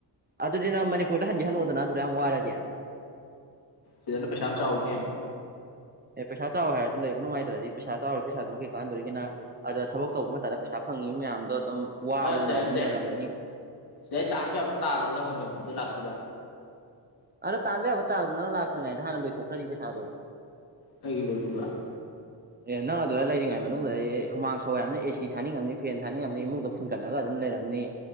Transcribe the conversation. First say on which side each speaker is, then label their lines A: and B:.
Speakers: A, on the right (about 25°); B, on the left (about 60°).
A: ꯑꯗꯨꯗꯤ ꯅꯪ ꯃꯅꯤꯄꯨꯔꯗ ꯍꯟꯒꯦ ꯍꯜꯂꯛꯑꯣꯗꯅ ꯑꯗꯨꯗ ꯌꯥꯝ ꯋꯥꯔꯗꯤ
B: ꯁꯤꯗꯅ ꯄꯩꯁꯥ ꯌꯥꯝ ꯆꯥꯎꯋꯤꯅꯦ
A: ꯑꯦ ꯄꯩꯁꯥ ꯆꯥꯎꯌꯦ ꯍꯥꯏꯔꯁꯨ ꯂꯩꯕ ꯅꯨꯡꯉꯥꯏꯇꯔ꯭ꯗꯤ ꯄꯩꯁꯥ ꯆꯥꯎꯔꯤꯕ ꯄꯩꯁꯥꯗꯨꯅ ꯀꯩ ꯀꯥꯟꯅꯗꯧꯔꯤꯒꯦ ꯅꯪ ꯑꯗ ꯊꯕꯛ ꯇꯧꯕ ꯃꯇꯝꯗ ꯄꯩꯁꯥ ꯐꯪꯉꯤ ꯃꯌꯥꯝꯗꯣ ꯑꯗꯨꯝ ꯋꯥꯕꯗꯅ
B: ꯑꯥ ꯅꯠꯇꯦ ꯅꯠꯇꯦ
A: ꯑꯗꯨꯝ ꯂꯣꯏꯔꯝꯃꯅꯤ
B: ꯁꯤꯗꯩ ꯇꯥꯥꯟꯕ ꯌꯥꯕ ꯇꯥꯜꯂꯒ ꯑꯃ ꯃꯅꯤꯄꯨꯔꯗ ꯂꯥꯛꯇꯣꯏꯕ
A: ꯑꯗ ꯇꯥꯟꯕ ꯌꯥꯕ ꯇꯥꯟꯂꯁꯨ ꯅꯪ ꯂꯥꯛꯇ꯭ꯔꯤꯉꯩꯗꯥ ꯍꯥꯟꯅ ꯂꯣꯏꯊꯣꯛꯈꯔꯗꯤ ꯄꯩꯁꯥꯗꯣ
B: ꯀꯩꯒꯤ ꯂꯣꯏꯗꯨꯏꯕ
A: ꯑꯦ ꯅꯪ ꯑꯗꯨꯗ ꯂꯩꯔꯤꯉꯩ ꯃꯅꯨꯡꯗꯗꯤ ꯍꯨꯃꯥꯡ ꯁꯧꯏ ꯍꯥꯏꯕꯅꯤꯅ ꯑꯦ ꯁꯤ ꯊꯥꯅꯤꯡꯉꯝꯅꯤ ꯐꯦꯟ ꯊꯥꯅꯤꯡꯉꯝꯅꯤ ꯏꯃꯨꯡꯗꯣ ꯐꯨꯟꯒꯠꯂꯒ ꯑꯗꯨꯝ ꯂꯩꯔꯝꯅꯤ